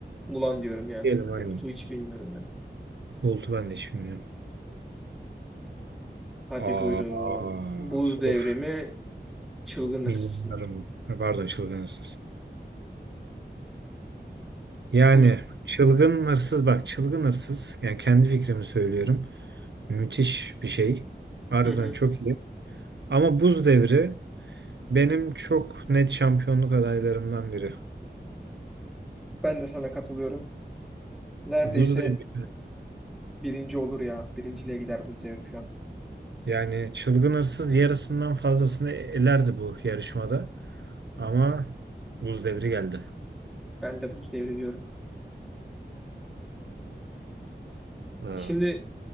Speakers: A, in the centre; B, on the right (about 70°).
A: Mulan diyorum ya.
B: Diyelim
A: Çünkü
B: aynen.
A: Bolt'u hiç bilmiyorum ben.
B: Bolt'u ben de hiç bilmiyorum.
A: Hadi
B: Aa,
A: buyurun. Buz Devrimi
B: of.
A: Çılgın
B: Milyonlarım.
A: hırsız mı?
B: Ha, Pardon çılgın hırsız. Yani
A: Buz.
B: çılgın hırsız bak çılgın hırsız. Yani kendi fikrimi söylüyorum. Müthiş bir şey. Harbiden
A: Hı hı.
B: çok iyi. Ama Buz Devri Benim çok net şampiyonluk adaylarımdan biri.
A: Ben de sana katılıyorum. Neredeyse
B: Buz devri.
A: birinci olur ya. Birinciliğe gider bu devri şu an.
B: Yani çılgın hırsız yarısından fazlasını elerdi bu yarışmada. Ama buz devri geldi.
A: Ben de buz devri diyorum.
B: Ha.
A: Şimdi